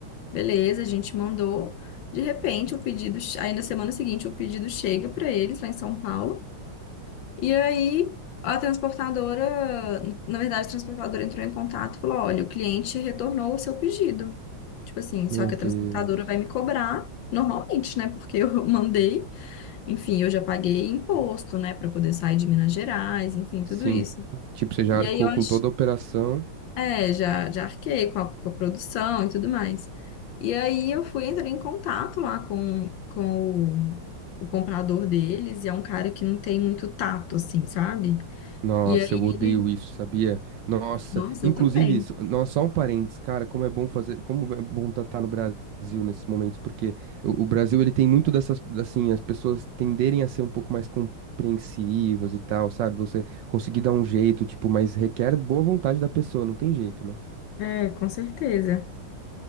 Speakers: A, on the left; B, on the right.
A: Beleza, a gente mandou. De repente, o pedido, che- aí na semana seguinte, o pedido chega para eles lá em São Paulo. E aí a transportadora, na verdade, a transportadora entrou em contato e falou: olha, o cliente retornou o seu pedido. Tipo assim,
B: Meu
A: só que
B: Deus.
A: a transportadora vai me cobrar normalmente, né? Porque eu <laughs> mandei, enfim, eu já paguei imposto, né, para poder sair de Minas Gerais, enfim,
B: Sim.
A: tudo isso.
B: Tipo, você já
A: E
B: arcou
A: aí eu acho
B: com toda a operação.
A: é, já, já arquei com a, com a produção e tudo mais. E aí eu fui entrar em contato lá com, com o, o comprador deles, e é um cara que não tem muito tato, assim, sabe?
B: Nossa,
A: E aí
B: eu odeio
A: ele,
B: isso, sabia? Nossa,
A: nossa,
B: inclusive,
A: eu também.
B: isso- nossa, só um parênteses, cara, como é bom fazer, como é bom estar no Brasil nesses momentos, porque o, o Brasil, ele tem muito dessas, assim, as pessoas tenderem a ser um pouco mais compreensivas e tal, sabe? Você conseguir dar um jeito, tipo, mas requer boa vontade da pessoa, não tem jeito, né?
A: É, com certeza.